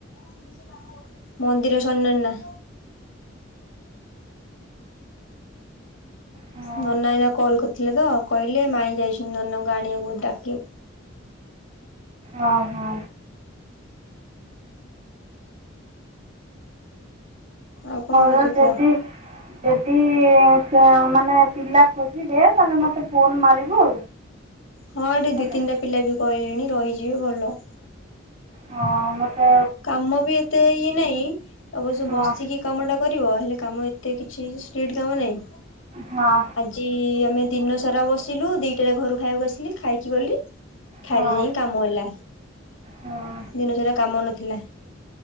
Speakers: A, on the left; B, on the right.
A: <unintelligible> ମନ୍ଦିର ଶନନା।
B: ହଁ
A: ନନା ଏଇନା କଲ୍ କରିଥିଲେ ତ କହିଲେ ମାଇଁ ଯାଇଚି ନନାଙ୍କୁ ଆଣିବାକୁ, ଡାକିବାକୁ।
B: ଓ ହୋ।
A: ଆଉ କଣ କରୁଛ
B: ର ଯଦି
A: କୁହ?
B: ଯଦି ସେ ଅ ମାନେ ପିଲା ଖୋ ଯିବେ ତାହେଲେ ମତେ ଫୋନ ମାରିବୁ।
A: ହଁ ଏଠି
B: ହେଲା
A: ଦି ତିନିଟା ପିଲା ବି କହିଲେଣି ରହିଯିବେ ଭଲ।
B: ହଁ ମତେ
A: କାମ ବି ଏତେ ଇଏ ନାଇଁ ଅବଶ୍ୟ
B: ହଁ
A: ବସିକି କାମ ଟା କରିବ ହେଲେ କାମ ଏତେ କିଛି ସ୍ଟିଡ କାମ ନାହିଁ।
B: ହଁ।
A: ଜି ଆମେ ଦିନ ସାରା ବସିଲୁ ଦିଟାରେ ଘରୁ ଖାଇଆକୁ ଆସିଲି ଖାଇକି ଗଲି। ଖାଇକି
B: ହଁ
A: ଯାଇଁ କାମ ହେଲା,
B: ହଁ
A: ଦିନ ସାରା କାମ ନଥିଲା।